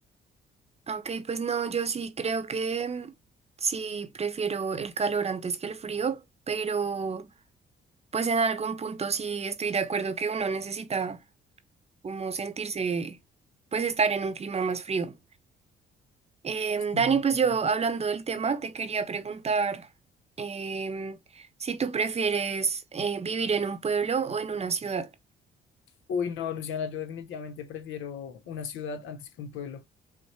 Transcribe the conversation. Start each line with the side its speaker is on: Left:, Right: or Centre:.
Right: Ok, pues no, yo sí creo que mm, sí prefiero el calor antes que el frío, pero pues en algún punto sí estoy de acuerdo que uno necesita como sentirse, pues estar en un clima más frío. Em,
Left: Sí,
Right: Dani,
Left: entiendo.
Right: pues yo hablando del tema, te quería preguntar em, si tú prefieres eh, vivir en un pueblo o en una ciudad.
Left: Uy, no, Luciana, yo definitivamente prefiero una ciudad antes que un pueblo.